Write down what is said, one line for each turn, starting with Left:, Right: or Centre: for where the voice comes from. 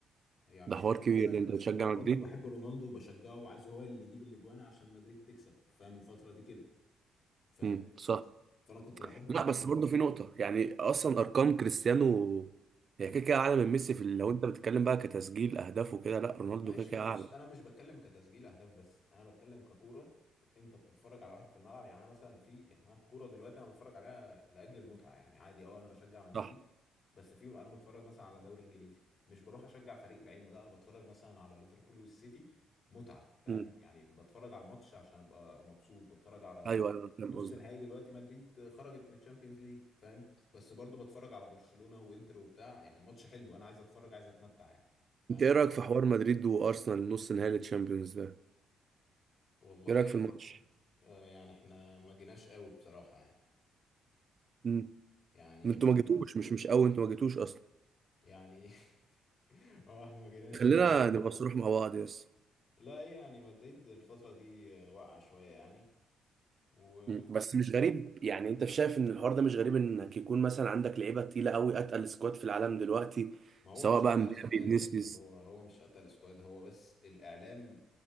Left: يعني
Right: ده
Left: شايف
Right: حوار كبير
Left: احسن
Right: ده انت
Left: بس
Right: بتشجع
Left: ال- برضه
Right: مدريد
Left: بحب رونالدو وبشجعه وعايزه هو اللي يجيب الاجوان عشان مدريد تكسب فاهم الفتره دي كده فاهم
Right: امم صح
Left: فانا كنت بحب الاثنين
Right: لا بس برضه في نقطة يعني اصلا ارقام كريستيانو هي كده كده اعلى من ميسي في ال- لو انت بتتكلم بقى كتسجيل اهداف وكده لا رونالدو
Left: ماشي
Right: كده كده
Left: ما بص
Right: اعلى
Left: انا مش بتكلم كتسجيل اهداف بس انا بتكلم ككوره انت بتتفرج على واحد في الملعب يعني انا مثلا في يعني انا الكوره دلوقتي انا بتفرج عليها لاجل المتعه يعني عادي اه انا بشجع مدريد
Right: صح
Left: بس في انا بتفرج مثلا على دوري انجليزي مش بروح اشجع فريق بعينه لا انا بتفرج مثلا على ليفربول والسيتي متعه فاهم
Right: امم
Left: يعني بتفرج على الماتش عشان ابقى مبسوط بتفرج على
Right: ايوه ايوه أنا فاهم
Left: نص
Right: قصدك
Left: نهائي دلوقتي مدريد خرجت من الشامبيونز ليج فاهم بس برضو بتفرج على برشلونه وانتر وبتاع يعني ماتش حلو انا عايز اتفرج عايز اتمتع يعني فاهم
Right: انت ايه رايك في حوار مدريد وارسنال نص نهائي الشامبيونز ده
Left: والله
Right: ايه رايك في الماتش
Left: آه، يعني احنا ما جيناش قوي بصراحة يعني
Right: امم
Left: يعني
Right: انتوا
Left: مدريد
Right: ما جيتوش مش مش قوي انتوا ما جيتوش اصلا
Left: يعني <laughs> هو احنا ما جيناش
Right: خلينا
Left: فعلا
Right: نبقى صريح مع بعض يس
Left: لا هي يعني مدريد الفترة دي آه، واقعة شوية يعني و
Right: مم. بس مش غريب يعني انت شايف ان الحوار ده مش غريب انك يكون مثلا عندك لعيبه تقيله قوي اتقل سكواد في العالم دلوقتي
Left: ما هو
Right: سواء
Left: مش
Right: بقى
Left: قتل
Right: مبابي
Left: سكواد
Right: فينيسيوس
Left: لسه هو هو مش قتل سكواد هو بس الإعلام